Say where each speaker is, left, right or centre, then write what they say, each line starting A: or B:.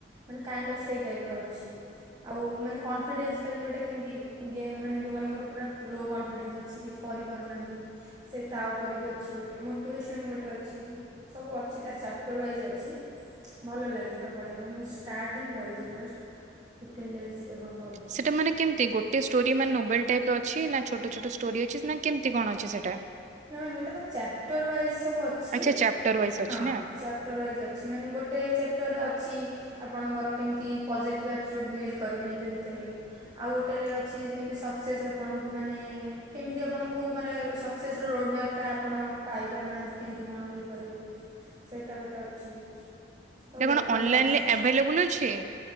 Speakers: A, on the right (about 20°); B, on the right (about 45°).
A: ମାନେ କାଇଣ୍ଡ ଅଫ୍ ସେଇ ଟାଇପ୍ ର ଅଛି। ଆଉ ମାନେ କନ୍ ଫିଡେନ୍ସଟା ବି ଗୋଟେ କେମିତି ଗେମ୍ ମାନେ ଯୋଉମାନଙ୍କର ପୁରା ଲୋ କନଫିଡେନ୍ସ ଅଛି କିଛି କରିପାରୁନାହାଁନ୍ତି। ସେ ତା ଉପରେ ବି ଅଛି ଗୋଟେ ମୋଟିଭେସନ୍ ଗୋଟେ ଅଛି। ସବୁ ଅଛି ତାର ଚାପ୍ଟର୍ ୱାଇଜ୍ ଅଛି। ଭଲ ଲାଗେ ସେଟା ପଢିବା ପାଇଁ ମୁଁ ଷ୍ଟାର୍ଟ ହିଁ କରିଚି ଜଷ୍ଟ ଫିପ୍ଟିନ୍ ଡେଜ୍ ଏବଭ୍ ହ
B: ସେଟା ମାନେ କେମତି ଗୋଟେ ଷ୍ଟୋରି ମାନେ ନୋବେଲ ଟାଇପ୍ ର ଅଛି ନା ଛୋଟ ଛୋଟ ଷ୍ଟୋରି ଅଛି ନା କେମିତି କଣ ଅଛି ସେଟା?
A: ନା ମେ- ଏଟା ତ ଚାପ୍ଟର୍ ୱାଇଜ୍ ସବୁ ଅଛି
B: ଆଚ୍ଛା ଚାପ୍ଟର ୱାଇଜ
A: ହଁ
B: ଅଛି ନା
A: ଚାପ୍ ଟର ୱାଇଜ୍ ଅଛି ମାନେ ଗୋଟେ ଚାପ୍ଟର୍ ଅଛି। ଆପଣଙ୍କର କେମିତି ପଜିଟିଭ୍ ଆଟିଚ୍ୟୁଡ଼୍ ବିଲ୍ଡ କରିବେ ନିଜ ଭିତରେ। ଆଉ ଗୋଟେରେ ଅଛି କେମିତି ସକ୍ସେସ୍ ଆପଣଙ୍କୁ ମାନେ କେମିତି ଆପଣଙ୍କୁ ମାନେ ସକ୍ ସେସ୍ ର ରୋଡ୍ ମ୍ୟାପ୍ ଟା ଆପଣ ପାଇପାରୁନାହାନ୍ତି କେମିତି କଣ ଇଏ କରିବେ। ସେଇଟା ଗୋଟେ ଅଛି। ସବ
B: ଏଇଟା କଣ
A: ଭଲ
B: ଅନଲାଇନରେ
A: ଅଛି
B: ଆଭେଲେବୁଲ ଅଛି